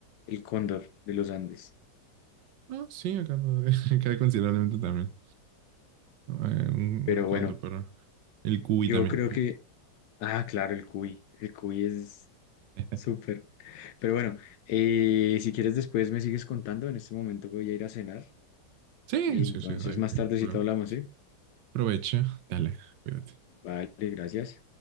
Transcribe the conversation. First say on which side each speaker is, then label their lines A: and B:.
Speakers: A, on the left; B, on the right.
A: el cóndor de los Andes.
B: Ah, sí, acá, <laughs> acá considerablemente también. Eh, un,
A: Pero
B: un conto,
A: bueno,
B: pero el cuy
A: yo
B: también.
A: creo que, ah, claro, el cuy, el cuy es
B: <laughs>
A: súper. Pero bueno, eh, si quieres después me sigues contando, en este momento voy a ir a cenar.
B: Sí,
A: Entonces
B: sí, sí, no hay
A: más tardecito
B: problema.
A: hablamos, ¿sí?
B: Aprovecha, dale, cuídate.
A: Vale, gracias.